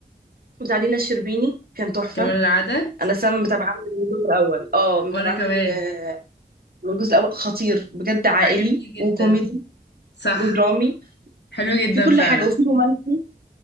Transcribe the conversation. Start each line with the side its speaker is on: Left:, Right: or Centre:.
Right: بتاع دينا الشربيني كان تحفه
Left: كمان العدد
Right: انا سام متابعه من الجزء الاول اه متابعه
Left: وأنا كمان
Right: من ال- من الجزء الاول خطير بجد عائلي
Left: عجبني جدا
Right: وكوميدي
Left: صح
Right: ودرامي
Left: حلو جدا
Right: في كل
Left: فعلا
Right: حاجه وفي رومانسي